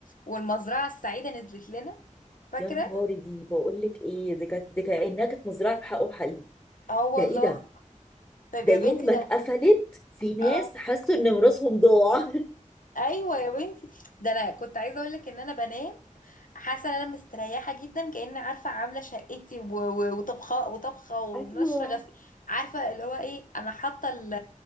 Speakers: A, on the left; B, on the left.
A: والمزرعه السعيده نزلت لنا
B: <laughs>
A: فاكره
B: يا نهاري دي بقول لك إيه دي كانت دي كأنها كانت مزرعة بحقهم حقيقي
A: اه والله
B: ده إيه ده
A: طيب
B: ده
A: يا
B: يوم
A: بنتي
B: ما
A: ده
B: اتقفلت في ناس
A: اه
B: حسوا ان ميراثهم ضاع <laughs>
A: ايوه يا بنتي ده انا كنت عايزه اقول لك ان انا بنام حاسه ان انا مستريحه جدا كأن عارفه عامله شقتي و- و- وطبخه وطبخه ونشره
B: ايوه
A: غسيل عارفه اللي هو ايه انا حاطه ال-